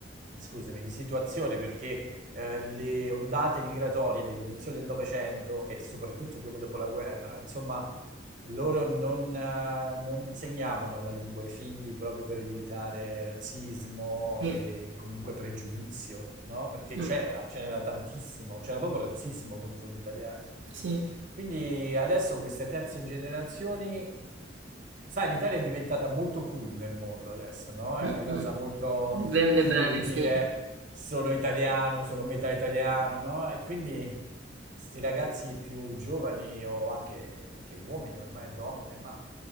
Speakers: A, on the right; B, on the right.
A: scusami, di situazione perché eh, le ondate migratorie dell'inizio del Novecento e soprattutto quelle dopo la guerra, insomma, loro non, eh, non insegnavano la lingua ai figli proprio per evitare razzismo
B: Sì.
A: e comunque pregiudizio, no? Perché
B: Mm.
A: c'era, ce n'era tantissimo, c'era proprio razzismo contro gli italiani.
B: Sì.
A: Quindi adesso queste terze generazioni, sai, l'Italia è diventata molto cool nel mondo adesso, no? È
B: Mh-mh.
A: una cosa molto
B: Vende
A: cool
B: bene,
A: dire
B: sì.
A: sono italiano, sono metà italiano, no? E quindi sti ragazzi più giovani o anche, anche uomini, ormai donne, ma